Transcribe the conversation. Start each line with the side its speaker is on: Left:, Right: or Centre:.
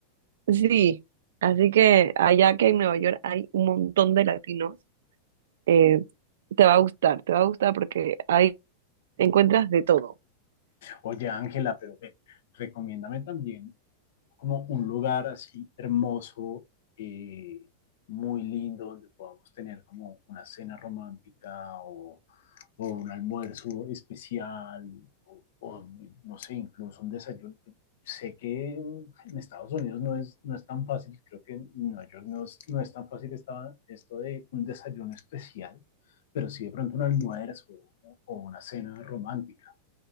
Right: Sí, así que allá que en Nueva York hay un montón de latinos, eh, te va a gustar, te va a gustar porque ahí encuentras de todo.
Left: Oye, Ángela, pero ven, recomiéndame también como un lugar así hermoso, eh, muy lindo, donde podamos tener como una cena romántica o, o un almuerzo especial o, o, no sé, incluso un desayuno. Sé que en Estados Unidos no es, no es tan fácil, creo que en Nueva York no es, no es tan fácil esta, esto de un desayuno especial, pero sí de pronto un almuerzo o, o una cena romántica.